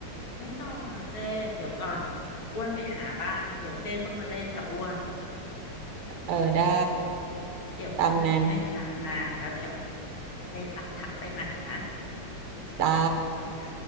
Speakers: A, on the left; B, on the right.
A: ไม่ต้องอ่ะเจ้เดี๋ยวก่อนอ้วนไปหาบ้างเดี๋ยวเจ้ต้องมาเล่นกับอ้วน
B: เออได้
A: เดี๋ยวอ้วนจะไปหามาแล้วเดี๋ยว
B: ตามนั้น
A: ไปหลักทักไปใหม่นะโอเค
B: จ้า
A: นะคะ